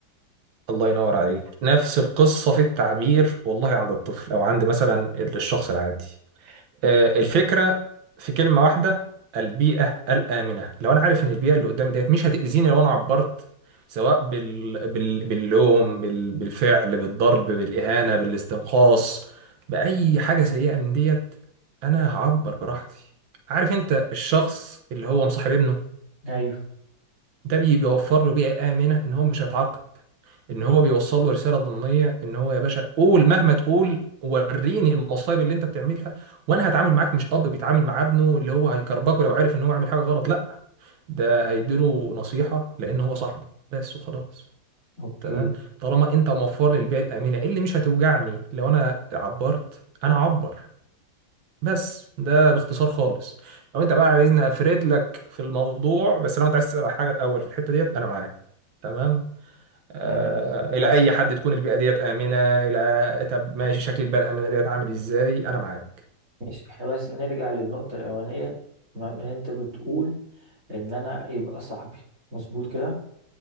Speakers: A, on the right; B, on the right.
A: الله ينور عليك نفس القصة في التعبير والله عند الطفل أو عند مثلا الشخص العادي آه، الفكرة في كلمة واحدة البيئة الآمنة لو أنا عارف إن البيئة اللي قدامي ديت مش هتأذيني لو أنا عبرت سواء بال... بال... باللوم بال... بالفعل بالضرب بالإهانة بالاستنقاص بأي حاجة سيئة من ديت أنا هعبر براحتي عارف أنت الشخص اللي هو مصاحب ابنه
B: أيوه
A: ده بيوفر له بيئة آمنة إن هو مش هيتعاقب ان هو بيوصل له رساله ضمنيه ان هو يا باشا قول مهما تقول وريني المصايب اللي انت بتعملها وانا هتعامل معاك مش اب بيتعامل مع ابنه اللي هو هيكربكه لو عرف ان هو عامل حاجه غلط لا ده هيديله نصيحه لان هو صاحبه بس وخلاص
B: أوكي
A: تمام طالما انت موفر لي البيئه الامنه إيه اللي مش هتوجعني لو انا عبرت انا هعبر بس ده باختصار خالص لو انت بقى عايزني افرد لك في الموضوع بس لو انت عايز تسال على حاجه الاول في الحته ديت انا معاك تمام آه،
B: يعني مثلا
A: الى اي حد تكون البيئه ديت امنه الى طب ماشي شكل البيئه الامنه ديت عامل ازاي انا معاك
B: ماشي إحنا بس نرجع للنقطة الأولانية تمام إن أنت بتقول إن أنا يبقى صاحبي مظبوط كده